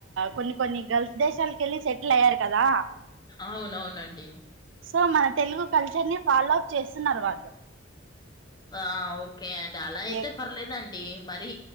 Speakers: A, on the right; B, on the left.
A: కొన్ని కొన్ని. గల్ఫ్ దేశానికి కెళ్ళి సెట్ట్ల అయ్యారు కదా.
B: అవునవునండి.
A: సో మన తెలుగు కల్చర్ ని ఫాలో అప్ చేస్తున్నారు వాళ్ళు.
B: ఆ ఓ. ఓకే అండి అలా అయితే
A: ఎస్
B: పర్లేదండి. అంటే మరి